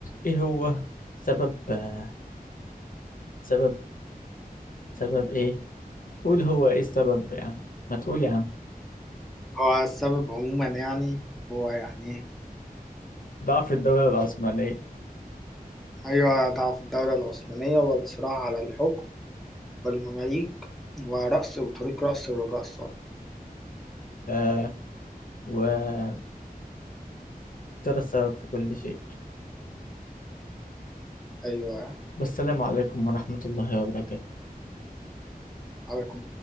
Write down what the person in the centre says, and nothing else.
هو السبب عموما يعني هو يعني إيه؟
ايوه ضعف الدوله العثمانيه والصراع على الحكم والمماليك ورأس وطريق رأس الرجاء الصالح
ايوه
حاجه